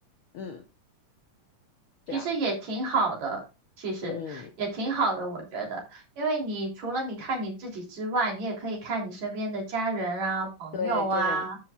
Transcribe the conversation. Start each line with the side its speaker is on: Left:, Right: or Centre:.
Left: 嗯，这样，
Right: 其实也挺好的，其实也挺好的，
Left: 嗯，
Right: 我觉得，因为你除了你看你自己之外，你也可以看你身边的家人啊、朋友啊，
Left: 对对。